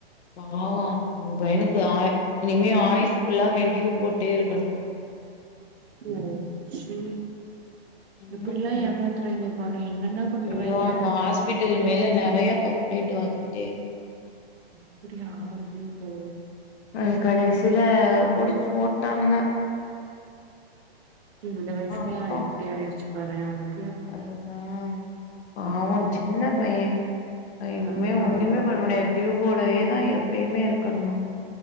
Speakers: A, on the left; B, on the right.
A: பாவம் அந்த பையனுக் இது அய் இனிமே ஆய்ஸ் ஃபுல்லா அவென் டியூப் போட்டே இருக்கணுமா
B: <unintelligible> ச்சி
A: சின்ன
B: எப்டிலாம்
A: பைய
B: ஏமாத்துறாங்க பாறே என்னென்ன பண்றாய்ங்க
A: ஐயோ அந்த ஹாஸ்பிட்டல் மேல நறைய கம்ப்ளைண்ட் வந்துட்
B: அப்டியா அய்யோ
A: அஹ கடைசியில புடிச்சு போட்டானுங்க
B: சி இந்த வயசுலே
A: ஆப்பா
B: இப்டி ஆயிடுச்சு பாரே அவனுக்
A: அதுதா பாவோ
B: ம்ஹும்
A: சின்ன பையன் இனிமே
B: அதுதா
A: ஒண்ணுமே பண்ண முடியாது டியூப்போடயேதா எப் எப்பயுமே இருக்கணுமா